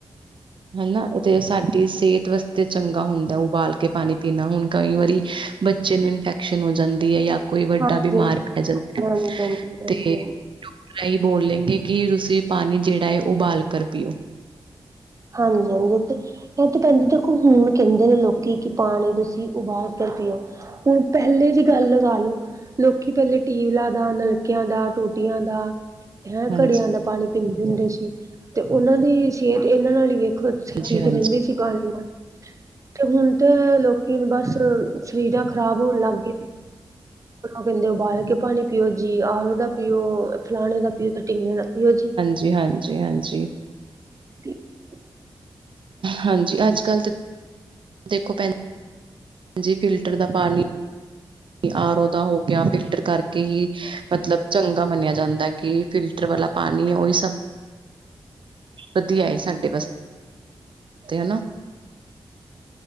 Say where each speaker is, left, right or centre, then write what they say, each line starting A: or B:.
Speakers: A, on the right (about 55°); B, on the right (about 35°).
A: ਹਨਾ ਤੇ ਸਾਡੀ ਸੇਹਤ ਵਾਸਤੇ ਚੰਗਾ ਹੁੰਦਾ ਉਬਾਲ ਕੇ ਪਾਨੀ ਪੀਨਾ। ਹੁਨ ਕਈ ਵਾਰੀ ਬੱਚੇ ਨੂੰ ਇਨਫੈਕਸ਼ਨ ਹੋ ਜਾਂਦੀ ਏ ਯਾ ਕੋਈ ਵੱਡਾ
B: ਹਾਂਜੀ,
A: ਬਿਮਾਰ ਪੈ ਜਾਂਦਾ ਏ
B: ਹਾਂਜੀ, ਹਾਂਜੀ,
A: ਤੇ ਡੋਕਟਰ
B: ਹਾਂਜੀ।
A: ਐਈ ਬੋਲੇਂਗੇ ਕਿ ਤੁਸੀ ਪਾਣੀ ਸੇਵਾ ਏ ਉਬਾਲ ਕਰ ਪੀਓ
B: ਜਾਂਦੇ ਤੇ ਐ ਤੇ ਭੈਂਜੀ ਦੇਖੋ ਹੁਨ ਕੇਂਦੇ ਨੇ ਲੋਕੀ ਕਿ ਪਾਣੀ ਤੁਸੀ ਉਬਾਲ ਕਰ ਪੀਓ ਹੁਨ ਪੈਹਲੇ ਦੀ ਗੱਲ ਲਗਾ ਲੋੋ ਲੋਕੀ ਪੈਲੇ ਟੀਵਲਾਂ ਦਾ ਨਲਕੇਆਂ ਦਾ ਟੂਟੀਆਂ ਦਾ ਹੈਂ
A: ਹਾਂਜੀ।
B: ਘੜੇਆਂ ਦਾ ਪਾਣੀ ਪੀਂਦੇ ਹੁੰਦੇ ਸੀ ਤੇ ਓਨਾਂ ਦੀ ਸੈਹਤ ਏਨਾਂ ਨਾਲ ਈ ਵੇਖੋ
A: ਹਾਂਜੀ,
B: ਠੀਕ
A: ਹਾਂਜੀ, ਹਾਂਜੀ,
B: ਰੇਂਦੀ ਸੀ। ਪਾਣੀ ਨਾਲ। ਤੇ ਹੁਨ ਤੇ ਲੋਕੀ ਬਸ ਰੀਜਾਂ ਖਰਾਬ ਹੋਨ ਲੱਗ ਗਏ। ਕੇਂਦੇ ਉਬਾਲ ਕੇ ਪਾਣੀ ਪੀਓ ਜੀ। ਆਰੋ ਦਾ ਪੀਓ, ਫਲਾਣੇ ਦਾ ਪੀਓ ਤੇ ਟਿੰਗੜੇ ਦਾ ਪੀਓ ਜੀ।
A: ਜੀ ਹਾਂਜੀ ਹਾਂਜੀ।
B: ਠੀਕ ਏ।
A: ਹਾਂਜੀ ਅੱਜ ਕੱਲ ਤੇ ਦੇਖੋ ਭੈਣ ਜੀ ਫਿਲਟਰ ਦਾ ਪਾਣੀ ਆਰ ਓ ਤਾ ਹੋ ਗੈਆ ਫਿਲਟਰ ਕਰਕੇ ਹੀ ਮਤਲਬ ਚੰਗਾ ਮੰਨੇਆ ਜਾਂਦਾ ਐ ਕਿ ਫਿਲਟਰ ਵਾਲਾ ਪਾਨੀ ਓਈ ਸਭ ਵਧੀਆ ਏ ਸਾਡੇ ਵਾਸਤੇ ਹੈਨਾ।